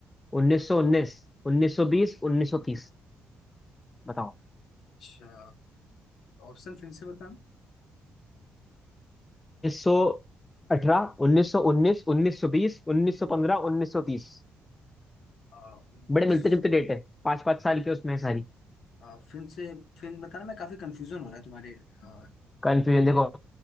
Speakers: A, on the left; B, on the left.
A: 1919 1920 1930 बताओ
B: अच्छा ऑप्शन फिर से बताना
A: 1918 1919 1920 1915 1930
B: उन्नीस
A: बड़े मिलते जुलते डेट है पांच पांच साल के उसमें है सारी
B: अ, फिल्म से फिल्म बताना मैं काफी कंफ्यूजन हो रहा है तुम्हारे अ,
A: कंफ्यूजन देखो